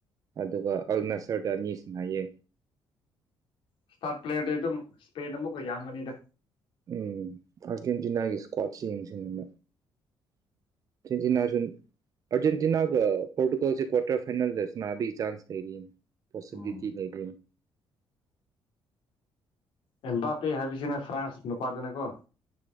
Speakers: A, on the right; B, on the left.
A: ꯑꯗꯨꯒ ꯑꯜꯅꯆꯟꯗ ꯑꯅꯤꯁꯨ ꯅꯥꯏꯑꯌꯦ
B: ꯏꯁꯇꯥꯔ ꯄ꯭ꯂꯦꯠꯤ ꯑꯗꯨꯝ ꯏꯁꯄꯦꯟ ꯑꯃꯛꯀ ꯌꯥꯝꯒꯅꯤꯗ
A: ꯎꯝ ꯑꯥꯔꯖꯦꯟꯇꯤꯅꯥꯒꯤ ꯏꯁꯀ꯭ꯋꯥꯠꯁ ꯌꯦꯡꯁꯤꯅꯦꯅ ꯑꯥꯔꯖꯦꯟꯇꯤꯅꯥꯁꯨ ꯑꯥꯔꯖꯦꯟꯇꯤꯅꯥꯒ ꯄꯣꯔꯇꯨꯒꯜꯁꯦ ꯀ꯭ꯋꯥꯇꯔ ꯐꯥꯏꯅꯦꯜꯗꯁꯨ ꯁꯅꯥꯕꯒꯤ ꯆꯥꯟꯁ ꯂꯩꯔꯤꯅ ꯄꯣꯁꯤꯕꯤꯂꯤꯇꯤ
B: ꯎꯝ
A: ꯂꯩꯕꯔꯥ
B: ꯑꯦꯝꯕꯥ ꯄꯦ ꯍꯥꯢꯕꯁꯤꯅꯦ ꯐ꯭ꯔꯥꯟꯁ ꯅꯄꯥꯗꯨꯅꯦ ꯀꯣ